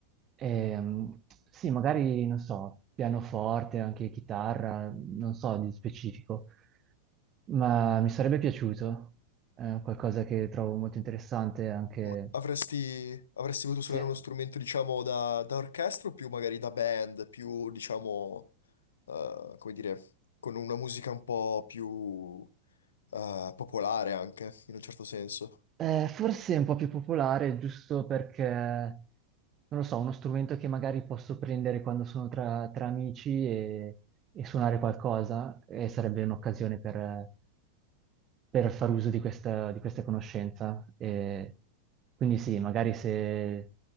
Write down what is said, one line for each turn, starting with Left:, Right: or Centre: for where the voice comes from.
Right: Ehm, sì, magari, non so, pianoforte, anche chitarra, non so di specifico, ma mi sarebbe piaciuto. È qualcosa che trovo molto interessante anche...
Left: Ma Avresti, avresti voluto suonare
Right: Sì?
Left: uno strumento, diciamo, da, da orchestra o più magari da band, più, diciamo, eh, come dire, con una musica un po' più eh, popolare anche, in un certo senso.
Right: Eh, forse è un po' più popolare, giusto perché, non lo so, uno strumento che magari posso prendere quando sono tra, tra amici e, e suonare qualcosa, e sarebbe un'occasione per, per far uso di questa, di questa conoscenza. E quindi sì, magari se,